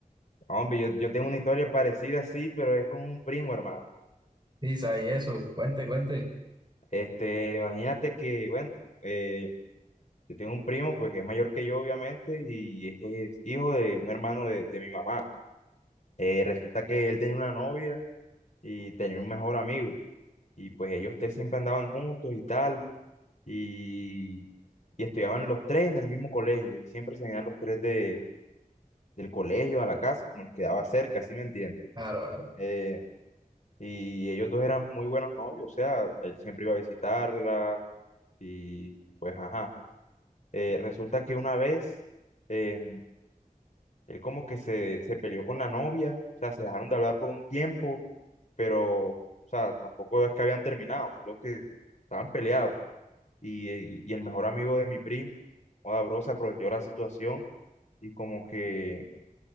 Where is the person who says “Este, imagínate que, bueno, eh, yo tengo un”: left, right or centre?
Left